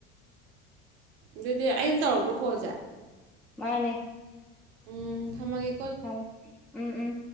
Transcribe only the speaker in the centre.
ꯃꯥꯅꯦ
ꯊꯝꯃꯣ ꯎꯝ ꯎꯝ